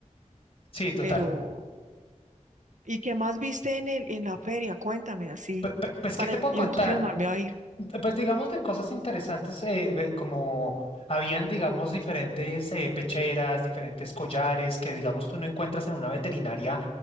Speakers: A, on the left (about 45°); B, on the right (about 70°).
A: Sí, total.
B: pero ¿Y qué más viste en el, en la feria? Cuéntame así,
A: Pe- pe- Pues,
B: para
A: ¿qué te puedo contar?
B: yo entusiasmarme a ir.
A: D- Pues digamos de cosas interesantes, eh, de como habían, digamos, diferentes eh, pecheras, diferentes collares que, digamos, tú no encuentras en una veterinaria